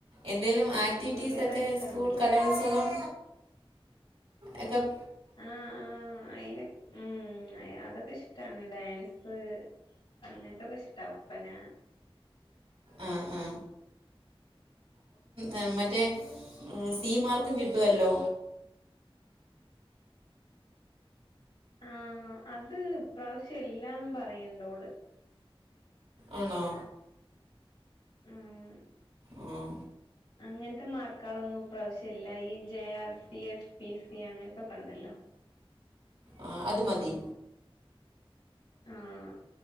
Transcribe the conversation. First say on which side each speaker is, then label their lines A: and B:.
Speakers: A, on the right; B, on the left.
A: എന്തേലും ആക്ടിവിറ്റീസൊക്കെ
B: ആൺകുട്ടികളെ അടുത്താണ്
A: സ്കൂൾ കലോത്സവം എകം
B: ആഹ് ആ അയിന് ഉം എ അതൊക്കെ ഇഷ് ട്ടാണ് ഡാൻസ് അങ്ങൻത്തൊക്കെ ഇഷ്ടാ ഒപ്പന
A: ആ ആ അ മറ്റേ ഉം സി മാർക്കും കിട്ടുവല്ലോ.
B: ആഹ് അത് ഇപ്രാശ്യം ഇല്ലാന്നും പറയണ്ട് ഓള്.
A: ആണോ.
B: ഉം.
A: ആഹ്.
B: അങ്ങൻത്തെ മാർക്കാളൊന്നും ഇപ്രാവശ്യ ഇല്ല. ഈ J R C S P C അങ്ങൻത്തൊക്കെണ്ടല്ലോ.
A: ആഹ് അത് മതി.
B: ആഹ്